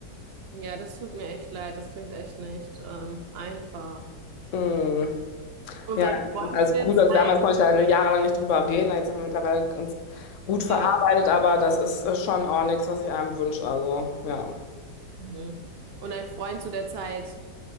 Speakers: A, on the right (about 70°); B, on the left (about 60°).
A: ja, das tut mir echt leid. Das klingt echt nicht ähm, einfach.
B: Mm.
A: Und
B: Ja,
A: dein Freund
B: also
A: zu der
B: gut,
A: Zeit,
B: also damals konnte ich da jahrelang nicht drüber reden. Jetzt haben wir mittlerweile ganz gut verarbeitet,
A: ja.
B: aber das ist äh, schon auch nichts, was ich einem wünsche. Also, ja.
A: Mhm. Und dein Freund zu der Zeit,